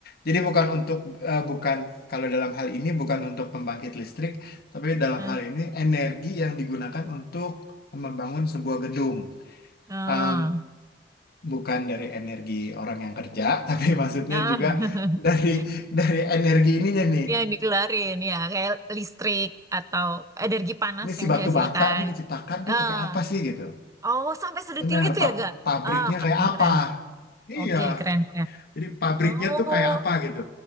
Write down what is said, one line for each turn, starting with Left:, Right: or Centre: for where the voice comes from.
Left: Jadi bukan untuk eh, bukan kalau dalam hal ini bukan untuk pembangkit listrik, tapi dalam
Right: eh,
Left: hal ini energi yang digunakan untuk membangun sebuah gedung.
Right: ah.
Left: Em, bukan dari energi orang yang kerja, <laughs> tapi maksudnya
Right: Ah,
Left: juga
Right: <laughs>
Left: dari dari energi ininya nih.
Right: yang dikeluarin ya kayak listrik atau energi panas
Left: Ini
Right: yang
Left: si batu
Right: dihasilkan.
Left: bata nih diciptakan tuh
Right: Ah,
Left: pakai apa sih gitu?
Right: oh sampai sedetil
Left: Benar,
Right: itu
Left: pab-
Right: ya gak?
Left: pabriknya
Right: Ah keren
Left: kayak apa?
Right: keren.
Left: Iya.
Right: Oke keren keren.
Left: Jadi pabriknya
Right: Oh,
Left: tuh kayak apa gitu.